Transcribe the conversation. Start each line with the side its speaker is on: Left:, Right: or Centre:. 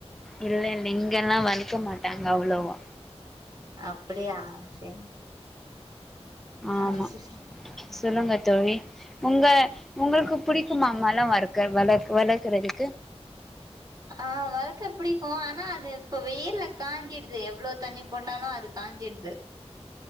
Centre: இல்ல இல்ல இங்கெல்லா வளக்க மாட்டாங்க அவ்ளோவா
Right: அப்டியா செரி
Centre: ஆமா
Right: ஆ செரி
Centre: சொல்லுங்க தோழி உங்க உங்களுக்கு பிடிக்குமா மல வர்கற வளர்க வளர்க்கறதுக்கு
Right: அ வளக்க பிடிக்கு ஆனா அது இப்ப வெய்ல காய்ஞ்சிடுது எவ்ளோ தண்ணி போட்டாலோ அது காய்ஞ்சிடுது